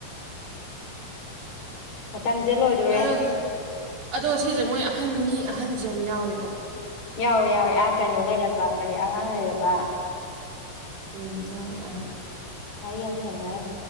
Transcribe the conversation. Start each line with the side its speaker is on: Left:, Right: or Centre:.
Left: ꯃꯇꯝꯁꯦ ꯂꯣꯏꯗꯣꯔꯦ
Right: ꯑꯗꯣ ꯑꯗꯣ ꯁꯤꯁꯦ ꯃꯣꯏ ꯑꯍꯟ ꯃꯤ ꯑꯍꯟꯁ ꯌꯥꯝ ꯌꯥꯎꯏꯀꯣ
Left: ꯌꯥꯎꯋꯦ ꯌꯥꯎꯋꯦ ꯑꯥ ꯀꯩꯅꯣ ꯂꯩꯔꯕ ꯀꯔꯤ ꯑꯉꯥꯡ ꯂꯩꯔꯕ
Right: ꯎꯝ ꯌꯥꯎꯋꯍ
Left: ꯃꯔꯤ ꯌꯥꯝ ꯊꯦꯡꯅꯔꯝ